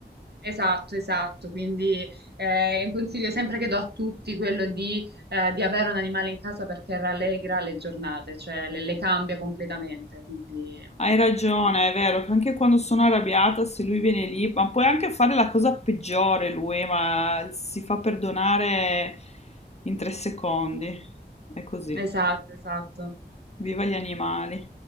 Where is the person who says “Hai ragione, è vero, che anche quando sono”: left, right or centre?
Left